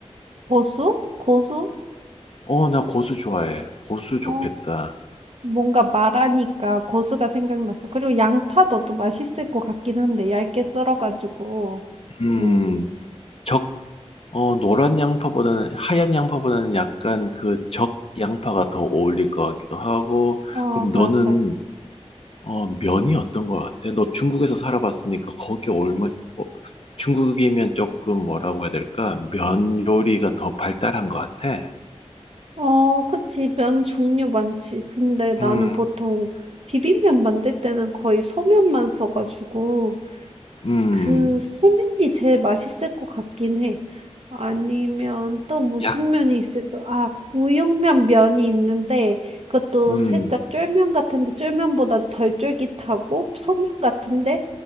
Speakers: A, on the right; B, on the left.
A: 고수? 고수?
B: 어, 나 고수 좋아해. 고수 좋겠다.
A: 어, 뭔가 마라니까 고수가 생각났어. 그리고 양파 넣어도 맛있을 것 같긴 한데, 얇게 썰어가지고.
B: 음,
A: 음,
B: 적, 어, 노란 양파보다는, 하얀 양파보다는 약간 그 적 양파가 더 어울릴 것 같기도 하고,
A: 어,
B: 그럼 너는,
A: 맞아.
B: 어, 면이 어떤 것 같아? 너 중국에서 살아봤으니까 거기 얼마, 어, 중국이면 조금 뭐라고 해야 될까? 면 요리가 더 발달한 것 같아.
A: 어, 그치. 면 종류 많지. 근데 나는
B: 음,
A: 보통 비빔면 만들 때는 거의 소면만 써가지고,
B: 음,
A: 그 소면이 제일 맛있을 것 같긴 해. 아니면 또 무슨
B: 약,
A: 면이 있을까? 아, 우육면 면이 있는데 그것도
B: 음,
A: 살짝 쫄면 같은데 쫄면보다 덜 쫄깃하고 소면 같은데